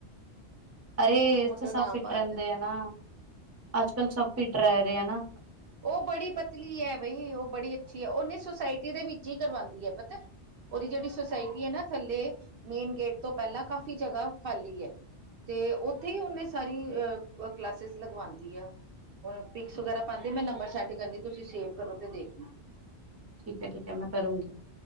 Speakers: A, on the right (about 20°); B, on the right (about 60°).
A: ਅਰੇ,
B: ਉਹ ਮੋਟੋ
A: ਇਥੇ ਸਭ
B: ਨਾਮ
A: ਫਿਟ
B: ਪਾਤਾ
A: ਰਹਿੰਦੇ ਆ ਨਾ, ਅੱਜ ਕੱਲ ਸਭ ਫਿੱਟ, ਰਹਿ ਰਹੇ ਹੈ ਨਾ।
B: ਉਹ ਬੜੀ ਪਤਲੀ ਹੈ, ਬਈ ਉਹ ਬੜੀ ਅੱਛੀ ਹੈ। ਉਹਨੇ ਸੁਸਾਇਟੀ ਦੇ ਵਿੱਚ ਹੀ ਕਰਵਾਉਂਦੀ ਹੈ। ਪਤਾ। ਉਹਦੀ ਜਿਹੜੀ ਸੁਸਾਇਟੀ ਹੈ ਨਾ ਥੱਲੇ, ਮੇਨ ਗੇਟ ਤੋਂ ਪਹਿਲਾਂ ਕਾਫ਼ੀ ਜਗ੍ਹਾ ਖਾਲੀ ਹੈ। ਤੇ ਉੱਥੇ ਹੀ, ਉਹਨੇ ਸਾਰੀ ਅਹ ਕਲਾਸਿਸ ਲਗਵਾਉਂਦੀ ਆ। ਹੁਣ ਪਿਕਸ ਵਗੈਰਾ ਪਾ ਮੈਂ ਨੰਬਰ ਸੈਂਡ ਕਰਨੀ, ਤੁਸੀਂ ਸੇਵ ਕਰੋ ਤੇ ਦੇਖਣਾ।
A: ਠੀਕ ਹੈ, ਠੀਕ ਹੈ ਮੈਂ ਕਰੂੰਗੀ।